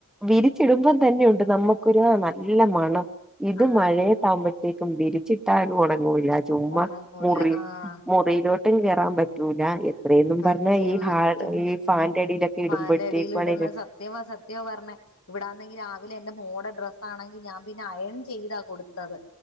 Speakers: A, in the centre; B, on the left.
A: വിരിച്ചിടുമ്പം തന്നെണ്ട് നമ്മുക്കൊരു നല്ല മണം ഇത്
B: ആഹ്
A: മഴയെത്താവുമ്പഴത്തേക്കും വിരിച്ചിട്ടാലും ഒണങ്ങൂല ചുമ്മാ
B: ഒണങ്ങൂല
A: മുറി
B: ആഹ്
A: മു റിയിലോട്ടും കേറാം പറ്റൂല. എത്രയന്നും
B: സത്യവാ
A: പർഞ്ഞാ ഈ ഹാ
B: ഇന്ന്
A: ഈ ഫാന്റെ അടിയിലൊക്കെ ഇടുമ്പഴത്തേക്കാണെല്
B: ഫാന്റെ അടിയിലിടുന്ന സത്യവാ സത്യാ പർഞ്ഞെ ഇവടാന്നെങ്കി രാവിലെ എന്റെ മോടെ ഡ്രസ്സാണെങ്കി ഞാൻ പിന്നെ അയൺ ചെയ്താ കൊടുത്തത്.